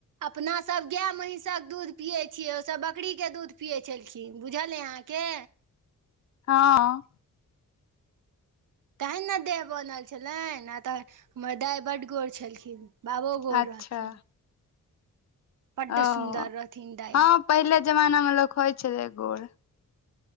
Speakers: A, on the right; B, on the left.
A: अपनासभ गाय महीषक दूध पियैत छियै ओसभ बकरीके दूध पियैत छलखिन बुझल अछि अहाँके
B: हँ
A: तहन नऽ देह बनल छलनि आ तह हमर दाइ बड्ड गोर छलखिन बाबो गोर
B: अच्छा
A: रहथिन बड
B: ओ
A: सुन्दर रहथिन दाय
B: हँ पहिले जमाना मे लोक होइ छलै गोड़